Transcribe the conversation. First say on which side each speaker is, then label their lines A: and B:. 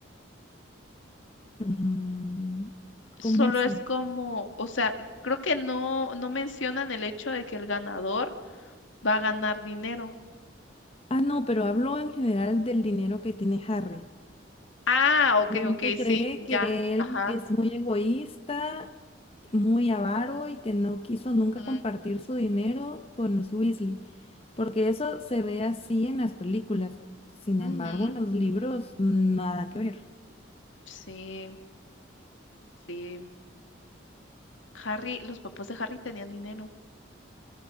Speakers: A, on the left; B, on the left.
A: Mm,
B: Solo
A: ¿cómo así?
B: es como, o sea, creo que no, no mencionan el hecho de que el ganador va a ganar dinero.
A: Ah, no, pero hablo en general del dinero que tiene Harry.
B: Ah,
A: La
B: ok,
A: gente
B: ok,
A: cree
B: sí, ya.
A: que él
B: Ajá.
A: es muy egoísta, muy avaro y que no quiso nunca
B: Ujú,
A: compartir su dinero con los Weasley, porque eso se ve así en las películas. Sin
B: ujú.
A: embargo, en los libros nada que ver.
B: Sí, sí. Harry, los papás de Harry tenían dinero.